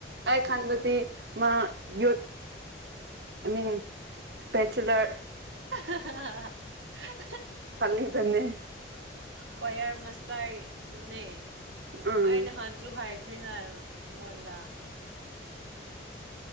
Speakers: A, on the right; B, on the right.
A: ꯑꯦ ꯈꯥꯟꯒꯗꯤ ꯃꯥ ꯌꯣꯠ ꯑꯥꯏ ꯃꯤꯟ ꯕꯦꯆꯂꯔ
B: <unintelligible>
A: ꯈꯥꯜꯂꯤꯗꯅꯦ
B: ꯀꯣꯏ ꯌꯥꯔ ꯃꯁꯇꯔ ꯑꯗꯨꯅꯦ
A: ꯎꯝ
B: ꯑꯩꯅ ꯅꯥꯍꯟꯁꯨ ꯍꯥꯏ <unintelligible> ꯑꯩꯉꯣꯟꯗ